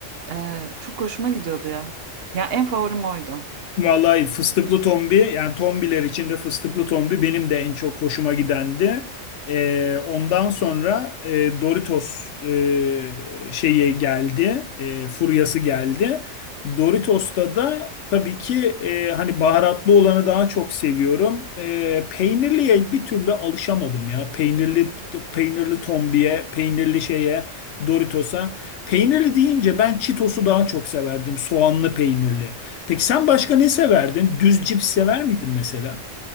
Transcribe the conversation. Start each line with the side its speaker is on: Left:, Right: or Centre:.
Right: E, çok hoşuma gidiyordu ya. Ya en favorim oydu.
Left: Vallahi fıstıklı tombi yani tombiler içinde fıstıklı tombi benim de en çok hoşuma gidendi. Ee, ondan sonra e, Doritos e, şeyi geldi, e, furyası geldi. Doritos'ta da tabii ki e, hani baharatlı olanı daha çok seviyorum. E, peynirliye bir türlü alışamadım ya. Peynirli peynirli tombiye, peynirli şeye, Doritos'a. Peynirli deyince ben Cheetos'u daha çok severdim. Soğanlı peynirli. Peki sen başka ne severdin? Düz cips sever miydin mesela?